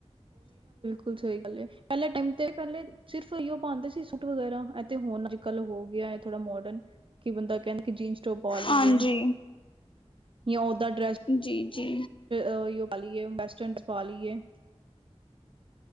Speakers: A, on the right (about 50°); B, on the left (about 45°).
A: ਕੁਛ ਹੋਈ ਗੱਲ ਪਹਿਲੇ ਟਾਈਮ ਤੇ ਪਹਿਲੇ ਸਿਰਫ ਇ ਉਹ ਪਾਉਂਦੇ ਸੀ ਸੂਟ ਵਗੈਰਾ ਇਹ ਤੇ ਹੁਣ ਅੱਜ ਕੱਲ੍ਹ ਹੋ ਗਿਆ ਥੋੜਾ ਮੋਡਰਨ ਕਿ ਬੰਦਾ ਕਹਿੰਦੇ ਕਿ ਜੀਨਸ ਟੋਪ ਪਾ ਲਈਏ
B: ਹਾਂਜੀ
A: ਜਾਂ ਓਦਾਂ ਡਰੈਸ
B: ਜੀ- ਜੀ।
A: ਆ ਉਹੀ ਵਾਲੀਏ ਵੈਸਟਰਨ ਪਾ ਲਈਏ